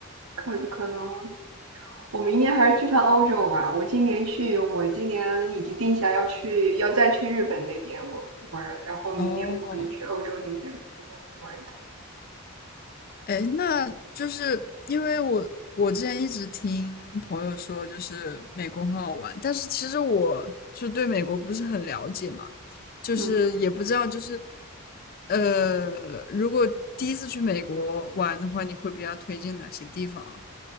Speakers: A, on the right; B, on the left.
A: 可可能我明年还是去趟欧洲吧。我今年去，我今年已经定下要去，要再去日本那边我玩儿，然后明年我可能去欧洲那边那边玩一趟。
B: 哦，哎，那就是因为我我之前一直听朋友说，就是美国很好玩，但是其实我就对美国不是很了解嘛，就是也不知道就是
A: 嗯，
B: 呃，如果第一次去美国玩的话，你会比较推荐哪些地方